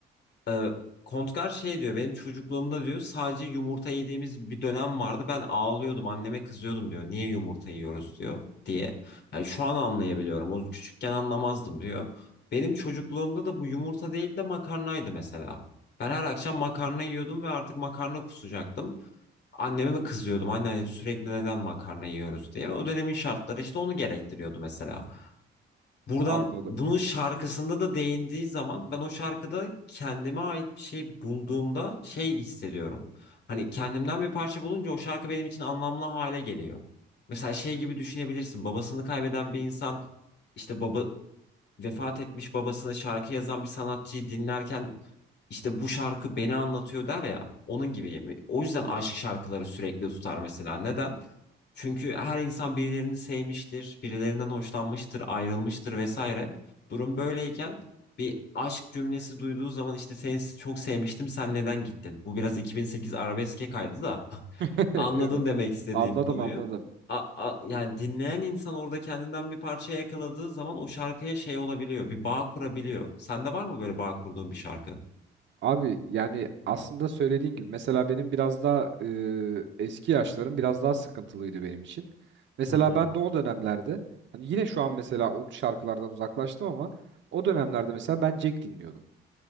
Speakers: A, on the left; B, on the right.
A: Ee, Kontgar şey diyor benim çocukluğumda diyor sadece yumurta yediğimiz bir dönem vardı ben ağlıyordum anneme kızıyordum diyor niye yumurta yiyoruz diyor diye. Yani şu an anlayabiliyorum o küçükken anlamazdım diyor. Benim çocukluğumda da bu yumurta değil de makarnaydı mesela. Ben her akşam makarna yiyordum ve artık makarna kusacaktım. Anneme mi kızıyordum anne hani sürekli neden makarna yiyoruz diye. O dönemin şartları işte onu gerektiriyordu mesela. Buradan
B: Anladım.
A: bunun şarkısında da değindiği zaman ben o şarkıda kendime ait bir şey bulduğumda şey hissediyorum. Hani kendimden bir parça bulunca o şarkı benim için anlamlı hale geliyor. Mesela şey gibi düşünebilirsin. Babasını kaybeden bir insan işte baba vefat etmiş babasına şarkı yazan bir sanatçıyı dinlerken işte bu şarkı beni anlatıyor der ya onun gibi. O yüzden aşk şarkıları sürekli tutar mesela. Neden? Çünkü her insan birilerini sevmiştir, birilerinden hoşlanmıştır, ayrılmıştır vesaire. Durum böyleyken bir aşk cümlesi duyduğu zaman işte seni çok sevmiştim, sen neden gittin? Bu biraz 2008 arabeske kaydı da <laughs>
B: <laughs>
A: anladın
B: Evet.
A: demek istediğim
B: Anladım
A: konuyu.
B: anladım.
A: A- a- yani dinleyen insan orada kendinden bir parça yakaladığı zaman o şarkıya şey olabiliyor, bir bağ kurabiliyor. Sende var mı böyle bağ kurduğun bir şarkı?
B: Abi yani aslında söylediğin gibi mesela benim biraz daha e, eski yaşlarım biraz daha sıkıntılıydı benim için. Mesela
A: Hı hı.
B: ben de o dönemlerde hani yine şu an mesela o şarkılardan uzaklaştım ama o dönemlerde mesela ben Jack dinliyordum.